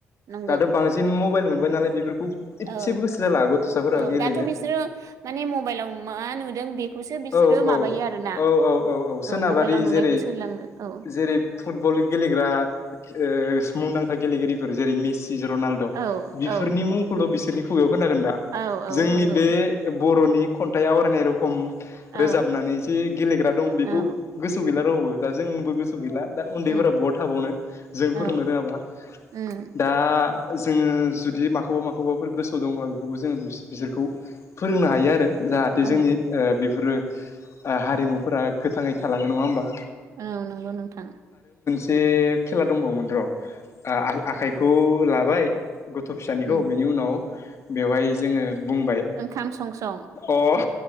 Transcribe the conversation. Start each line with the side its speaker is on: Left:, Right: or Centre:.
Right: नंगौ
Left: दाथ' बांसिन मबाइल मोनबाय नालाय बेफोर <unintelligible>
Right: औ
Left: इतसेबो गोसो जाला गथ'साफोराबो
Right: औ
Left: गेलेनो
Right: दाथ' बिसोरो माने मबाइलाव मा नुदों बेखौसो बिसोरो
Left: औ औ
Right: माबायो आरोना
Left: औ औ औ औ सोनाबारि
Right: मबाइलाव नुनायखौ
Left: जेरै
Right: सोलोङो औ
Left: जेरै फुटबल गेलेग्रा ओ मुंदांखा गेलेगिरि जेरै मेसि, रनाल्द'
Right: औ
Left: बिफोरनि
Right: औ
Left: मुंखौल' बिसोरनि खुगायाव खोनागोन दा,
Right: औ औ
Left: जोंनि
Right: नंगौ
Left: बे बर'नि खन्थाइ आवरायनाय रखम
Right: औ
Left: रोजाबनानैजे गेलेग्रा दं बेखौ
Right: औ
Left: गोसोआव गैला रावबो, दा जोंबो गोसोआव गैला, दा उन्दै
Right: उम
Left: फोरा बहा थाबावनो जों
Right: औ
Left: फोरोंनो रोङाबा,
Right: उम
Left: दा जोङो जुदि माखौबा माखौबाफोर गोसोआव दंबा बेफोरखौ जोङो बिसो बिसोरखौ फोरोंनो हायो आरो जाहाथे
Right: औ
Left: जोंनि ओ बेफोरो ओ हारिमुफोरा गोथाङै थालाङो नङा होमबा
Right: औ नंगौ नोंथां
Left: <unintelligible> खेला दंबावोमोन र' आखाइखौ लाबाय गथ' फिसानिखौ
Right: उम
Left: बेनि उनाव बेवहाय जोङो बुंबाय
Right: ओंखाम सं सं,
Left: ओ अ औ